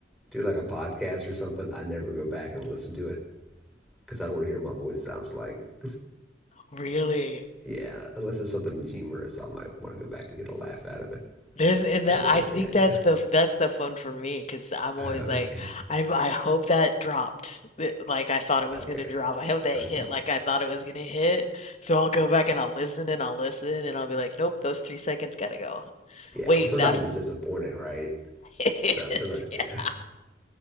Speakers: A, in the centre; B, on the left (about 40°).
A: do like a podcast or something, I never go back and listen to it because I don't want to hear what my voice sounds like. <laughs>
B: Really?
A: Yeah, unless it's something humorous, I might want to go back and get a laugh out of it.
B: There's and that
A: Oh yeah,
B: I think
A: yeah,
B: that's
A: yeah.
B: the
A: <laughs>
B: that's the fun for me because I'm always
A: Uh,
B: like
A: okay,
B: I'm I hope that dropped th- like I thought it was
A: okay.
B: gonna drop. I hope that
A: I
B: hit
A: see.
B: like I thought it was gonna hit. So I'll go back and I'll listen and I'll listen and I'll be like, nope, those three seconds gotta go.
A: Yeah.
B: Wait,
A: Well, sometimes
B: that
A: it's disappointing, right?
B: <laughs> it
A: So it's
B: is.
A: not.
B: Yeah.
A: Yeah.